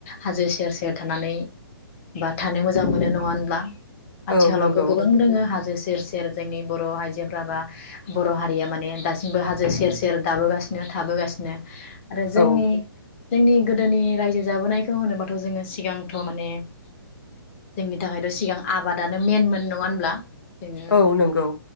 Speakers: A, on the left; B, on the left.
A: हाजो सेर सेर थानानै -बा थानो मोजां मोनो नङा होनब्ला? आथिखालावबो
B: औ नंगौ
A: गोबां दङो हाजो सेर सेर जोंनि बर' आइजोफ्रा बा बर' हारिया माने दासिमबो हाजो सेर सेर दाबोगासिनो थाबोगासिनो आरो जोंनि
B: औ
A: जोंनि गोदोनि रायजो जाबोनायखौ होनोबाथ' जोङो सिगांथ' माने जोंनि थाखायथ' सिगां आबादानो मेनमोन नङा होनब्ला? जोङो
B: औ नंगौ।